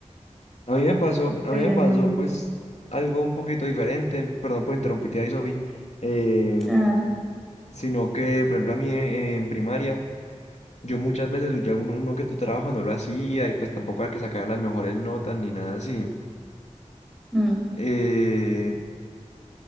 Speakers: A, on the left; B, in the centre.
A: A mí me pasó, a
B: pero
A: mí me pasó
B: no,
A: pues algo un poquito diferente, perdón por interrumpirte ahí, Sofi, eh,
B: ah,
A: sino que, por ejemplo, a mí en, en primaria, yo muchas veces, yo alguno uno que tu trabajo no lo hacía y pues tampoco era que sacar las mejores notas ni nada así.
B: no.
A: Eh,